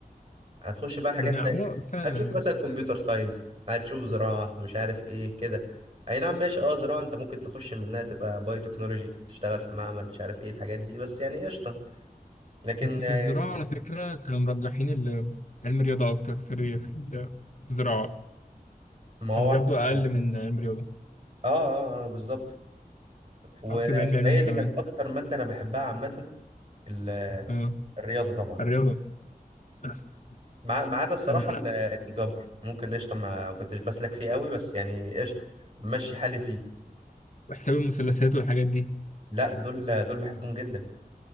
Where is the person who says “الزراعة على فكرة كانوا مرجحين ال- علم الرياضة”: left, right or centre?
Left